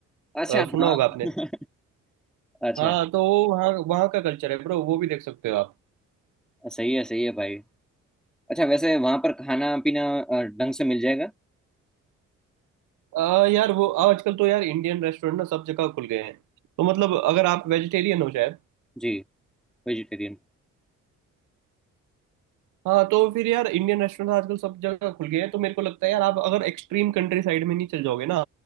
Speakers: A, in the centre; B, on the right.
A: अच्छा
B: अ, सुना
A: हाँ
B: होगा आपने
A: <laughs> अच्छा
B: हाँ तो वो वहाँ वहाँ का कल्चर है ब्रो वो भी देख सकते हो आप
A: सही है सही है भाई अच्छा वैसे वहां पर खाना पीना अ, ढंग से मिल जाएगा
B: अ, यार वो आजकल तो यार इंडियन रेस्टोरेंट ना सब जगह खुल गए हैं तो मतलब अगर आप वेजिटेरियन हो शायद
A: जी वेजिटेरियन
B: हाँ तो फिर यार इंडियन रेस्टोरेंट आजकल सब जगह खुल गए हैं तो मेरे को लगता है यार आप अगर एक्सट्रीम कंट्री साइड में नहीं चल जाओगे ना